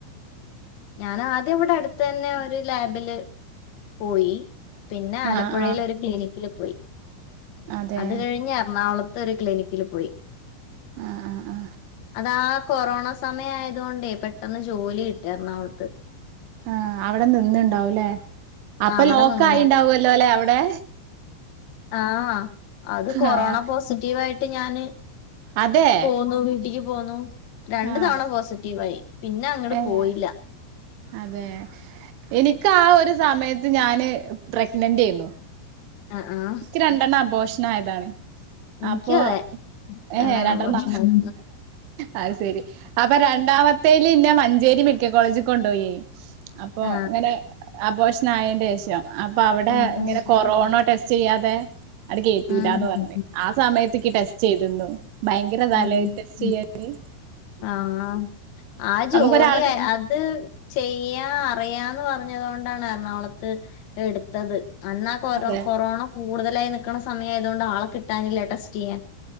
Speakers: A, on the left; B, on the right.
A: ഞൻ ആദ്യം ഇവിടെ അടുത്ത തന്നെ ഒരു ലാബില് പോയി പിന്നെ
B: ആഹ്
A: ആലപ്പുയെൽ
B: ആഹ്
A: ഒരു ക്ലിനിക്കില് പോയി
B: അതെ
A: അത് കഴിഞ്ഞ് എറണാകുളത്ത് ത്ഒരു ക്ലിനിക്കില് പോയി
B: ആ ആ ആ
A: അതാ കൊറോണ സമയ ആയതോണ്ടേ പെട്ടെന്ന് ജോലി കിട്ടി എറണാകുളത്ത്
B: ആഹ് അവിടെ നിന്നണ്ടാവുംല്ലേ അപ്പൊ
A: ആ അവിടെ
B: ലോക്ക്
A: നിന്ന്
B: ആയിണ്ടാവല്ലോ അല്ലെ അവിടെ
A: ആഹ് അത് കൊറോണ
B: ആഹ്
A: പോസിറ്റീവ് ആയി ട്ട് ഞാന്
B: അതെ
A: പോന്നു വീട്ടിക്ക് പോന്നു രണ്ടു
B: ആഹ്
A: തവണ പോസിറ്റീവായി പിന്നെ അങ്ങട്
B: ഏഹ്
A: പോയില്ല
B: അതെ എനിക്ക് ആ ഒരു സമയത്ത് ഞാന് പ്രഗ്നന്റായിരുന്നു
A: ആഹ് ആഹ്
B: ക്ക് രണ്ടെണ്ണം ആബോഷണായതാണ്
A: എനിക്കും
B: അപ്പൊ
A: അതെ
B: ഏ
A: രണ്ടാം
B: രണ്ടന്ന
A: പ്രശ്നായി
B: അഹ് ശരി അപ്പൊ രണ്ടാമത്തെ ത്തേൽ ഇന്നെ മഞ്ചേരി മെഡിക്കൽ കോളേജിൽ കൊണ്ടോയി അപ്പോ
A: ആഹ്
B: ങ്ങനെ ന്നയെന്റെഷം അപ്പൊ അവിടെ
A: ആഹ്
B: ഇങ്ങനെ
A: ആഹ്
B: കൊറോണോ ടെസ്റ്റ് യ്യാതെ അട് കേറ്റൂലന്ന്
A: ആഹ്
B: പർഞ് ആ സമയത്തേക്ക് ടെസ്റ്റ് ചെയ്തിു ഭയങ്കര തല
A: ആഹ്
B: ടെസ്റ്റ് ചെയ്യാന്
A: ആഹ് ആ ജോലി
B: നമുക്കൊരാളെ
A: അത് ചെയ്യ പ്രയാന്ന് പറഞ്ഞതോണ്ടാണ് എറണാകുളത്ത് എടുത്തത് അന്നാ കൊറ
B: അതെ
A: കൊറോണ കൂടുതലായി നക്ണ സമയ ആയതുകൊണ്ട് ആളെ കിട്ടാനില്ല ടെസ്റ്റ് യ്യാൻ